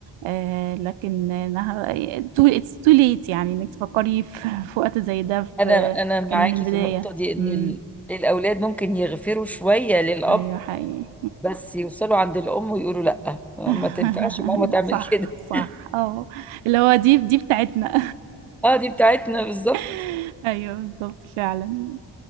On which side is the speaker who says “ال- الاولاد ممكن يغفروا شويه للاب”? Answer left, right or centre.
Centre